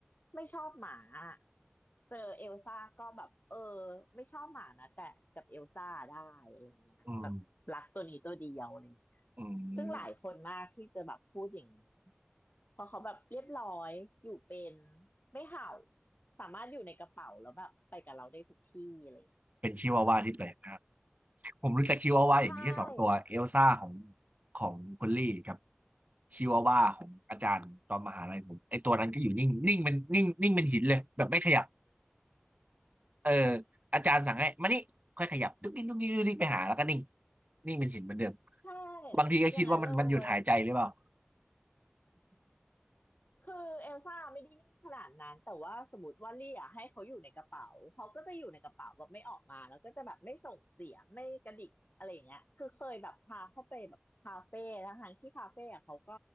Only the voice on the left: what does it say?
ไม่ชอบหมาอะเจอเอลซ่าก็แบบเออไม่ชอบหมานะแต่กับเอลซ่าได้อะไรเงี้ยแบบรักตัวนี้ตัวเดียวอะไรเงี้ย
ซึ่งหลายคนมากที่จะแบบพูดอย่างนี้เพราะเขาแบบเรียบร้อยอยู่เป็นไม่เห่าสามารถอยู่ในกระเป๋าแล้วแบบไปกับเราได้ทุกที่อะไร
ใช่
ใช่
อย่างนั้นเลยคือเอลซ่าไม่ได้นิ่งขนาดนั้นแต่ว่าสมมติว่าเรียกให้เขาอยู่ในกระเป๋าเขาก็จะอยู่ในกระเป๋าแบบไม่ออกมาแล้วก็จะแบบไม่ส่งเสียงไม่กระดิกอะไรอย่างเงี้ยคือเคยแบบพาเข้าไปแบบคาเฟ่ทั้งๆที่คาเฟ่อะเขาก็